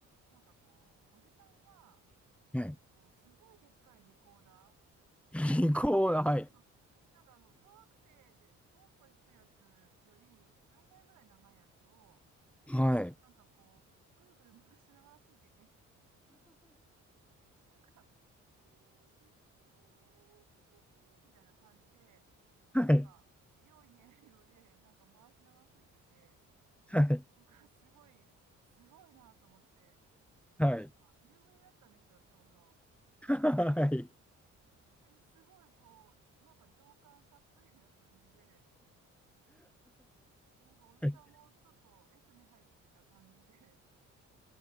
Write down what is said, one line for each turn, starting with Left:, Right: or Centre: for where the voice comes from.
Right: なんかこう、おじさんが、
Centre: はい、
Right: なんかこう、すごいでっかいリコーダ
Centre: <laughs>
Right: ーを、
Centre: リコーダー、
Right: <laughs> そうなんかあの、
Centre: はい。
Right: 小学生で、小学校で吹くやつより3倍ぐらい長いやつを、
Centre: はい。
Right: なんかこう、ぐるぐる回しながら吹いてて、なんか、ピー、ピーピーピーピー、ピーピーピーみたいな感じで、
Centre: はい。
Right: なんか、良い音色で、なんか回しながら吹いてて、
Centre: はい。
Right: なんかすごい、すごいなと思って、
Centre: はい。
Right: あ、夕暮れだったんですよ、ちょうど。
Centre: はい。
Right: で、すごいこう、なんか情感たっぷりな感じで、なんかおじさんもちょっと越に入ってた感じで、
Centre: はい